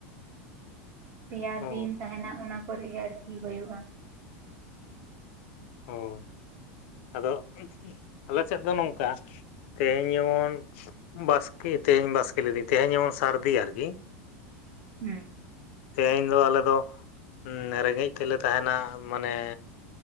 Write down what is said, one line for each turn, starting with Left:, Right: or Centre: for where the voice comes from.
Right: ᱯᱮᱭᱟ
Left: ᱦᱳᱭ
Right: ᱫᱤᱱ ᱛᱟᱦᱮᱱᱟ ᱚᱱᱟ ᱠᱚᱨᱮ ᱜᱮ ᱟᱨᱠᱤ ᱦᱳᱭᱳᱜᱼᱟ
Left: ᱚ ᱟᱫᱚ ᱟᱞᱮ ᱥᱮᱫ ᱫᱚ ᱱᱚᱝᱠᱟ ᱛᱮᱦᱮᱧ ᱡᱮᱢᱚᱱ ᱵᱟᱥᱠᱮ ᱛᱮᱦᱮᱧ ᱵᱟᱥᱠᱮ ᱞᱮᱫᱟᱹᱧ ᱛᱮᱦᱮᱧ ᱡᱮᱢᱚᱱ ᱥᱟᱹᱨᱫᱤ ᱟᱨᱠᱤ
Right: ᱦᱩᱸ
Left: ᱛᱮᱦᱮᱧ ᱫᱚ ᱟᱞᱮ ᱫᱚ ᱨᱮᱸᱜᱮᱡ ᱛᱮᱞᱮ ᱛᱟᱦᱮᱸᱱᱟ ᱢᱟᱱᱮ